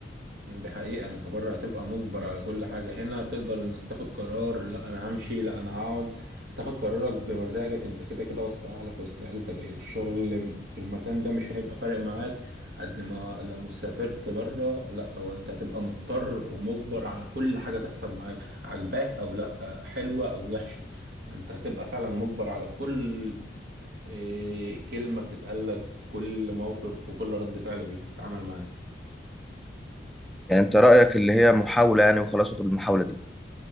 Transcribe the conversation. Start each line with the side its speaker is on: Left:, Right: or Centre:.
Right: دي حقيقة انت بره هتبقى مجبر على كل حاجة هنا تقدر انك تاخد قرار لا انا همشي لا انا هقعد تاخد قرارك بمزاجك انت كده كده وسط اهلك وسط عيلتك الشغل في المكان ده مش هيبقى فارق معاك قد ما لو سافرت بره لا هو انت هتبقى مضطر ومجبر على كل حاجة تحصل معاك عجباك او لا حلوة او وحشة فانت هتبقى فعلا مجبر على كل إيه، كلمة بتتقالك كل موقف وكل رد فعل بيتعمل معاك
Centre: يعني أنت رأيك اللي هي محاولة يعني وخلاص وخد المحاولة دي